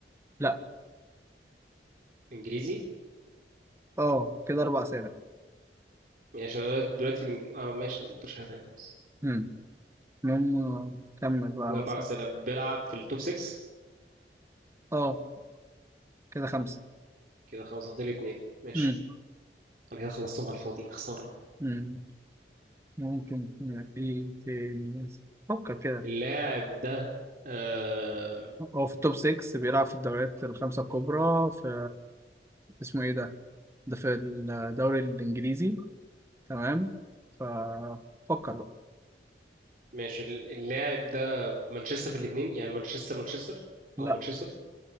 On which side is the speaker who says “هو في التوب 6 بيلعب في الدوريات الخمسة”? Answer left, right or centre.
Right